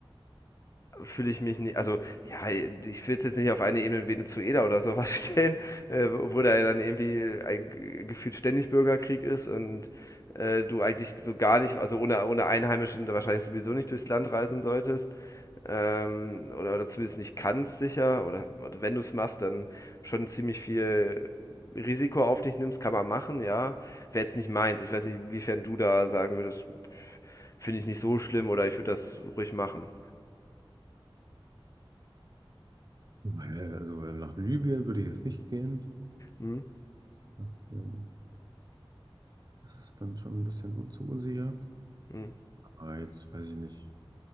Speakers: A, on the left; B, on the right.
A: fühle ich mich nicht, also ja, ich will es jetzt nicht auf eine Ebene wie Venezuela oder sowas <laughs> stellen, äh, wo da ja dann irgendwie ein g- gefühlt ständig Bürgerkrieg ist und äh, du eigentlich so gar nicht, also ohne, ohne Einheimischen wahrscheinlich sowieso nicht durchs Land reisen solltest. Ähm, oder, oder zumindest nicht kannst sicher, oder, oder wenn du es machst, dann schon ziemlich viel Risiko auf dich nimmst, kann man machen, ja. Wäre jetzt nicht meins. Ich weiß nicht, inwiefern du da sagen würdest, finde ich nicht so schlimm oder ich würde das ruhig machen.
B: Weil, also weil nach Libyen würde ich jetzt nicht gehen.
A: Hm?
B: ne? Ähm, Das ist dann schon ein bisschen un- zu unsicher.
A: Mhm.
B: Aber jetzt weiß ich nicht.